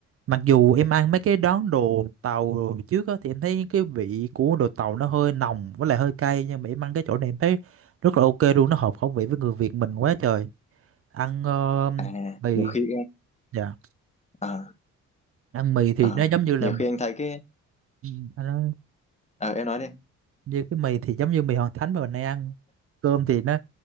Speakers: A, on the right (about 50°); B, on the left (about 20°).
A: mặc dù em ăn mấy cái đón đồ tàu đồ trước á thì em thấy cái vị của đồ tàu nó hơi nồng với lại hơi cay nhưng mà em ăn cái chỗ này em thấy rất là ok luôn nó hợp khẩu vị với người Việt mình quá trời ăn ờ,
B: À,
A: mì
B: nhiều khi em
A: dạ
B: ờ,
A: ăn mì thì
B: ờ,
A: nó giống như là
B: nhiều
A: mì
B: khi anh thấy cái
A: ừ, nó,
B: ờ em nói đi.
A: như cái mì thì giống như mì Hoàng Thánh mà mình hay ăn cơm thì nó